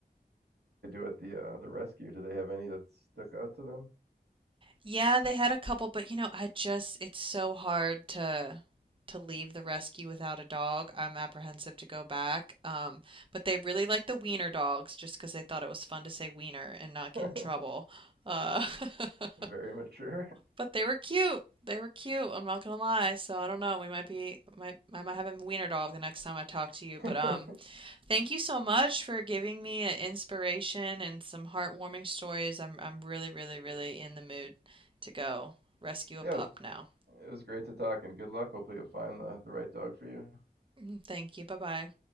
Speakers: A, on the right; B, on the right.
A: they do at the uh, the rescue? Do they have any that stuck out to them?
B: Yeah, they had a couple, but you know, I just it's so hard to to leave the rescue without a dog. I'm apprehensive to go back. Um, but they really like the wiener dogs just because they thought it was fun to say wiener and not get
A: <laughs>
B: in trouble. Uh,
A: very,
B: <laughs>
A: very mature.
B: but they were cute. They were cute. I'm not gonna lie. So I don't know. We might be might I might have a wiener dog the next time I talk to you.
A: <laughs>
B: But
A: yeah,
B: um, Thank you so much for giving me an inspiration and some heartwarming stories. I'm I'm really, really, really in the mood to go rescue a
A: it
B: pup
A: was
B: now.
A: it was great to talk and good luck. Hopefully you'll find the, the right dog for you.
B: Mm, Thank you. Bye-bye.